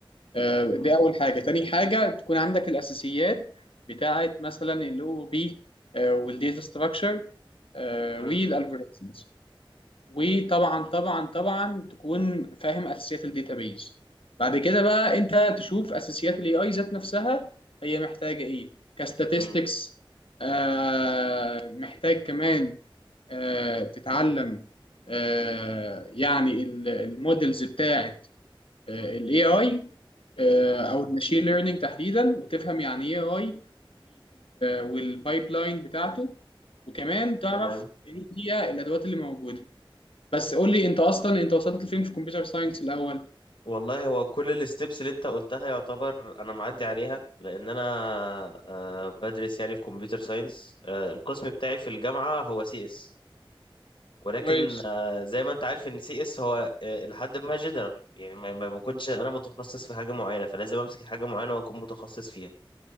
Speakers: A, on the left (about 75°); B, on the left (about 60°).
A: آه،
B: مم،
A: دي أول حاجة تاني حاجة تكون عندك الأساسيات بتاعة مثلا ال OOP آه، والديتا ستراكشر
B: مم،
A: والالجوريزمز وطبعا طبعا طبعا تكون فاهم أساسيات الداتابيز بعد كده بقى أنت تشوف أساسيات ال AI ذات نفسها هي محتاجة إيه كاستاتستكس
B: مم،
A: آه محتاج كمان آه، تتعلم آه، يعني المودلز بتاعة الاي اي
B: مم.
A: آه، او الماشين ليرنينج تحديدا وتفهم يعني ايه اي والبايب لاين بتاعته وكمان تعرف
B: تمام
A: ايه هي الادوات اللي موجوده بس قول لي انت اصلا انت وصلت لفين في الكمبيوتر ساينس الاول
B: والله هو كل الستبس اللي انت قلتها يعتبر انا معدي عليها لان انا آه، بدرس يعني في كمبيوتر ساينس القسم بتاعي في الجامعة هو سي اس ولكن
A: كويس
B: آه، زي ما انت عارف ان سي اس هو آه، لحد ما جنرال يعني ما ما بكونش انا متخصص في حاجه معينه فلازم امسك حاجه معينه واكون متخصص فيها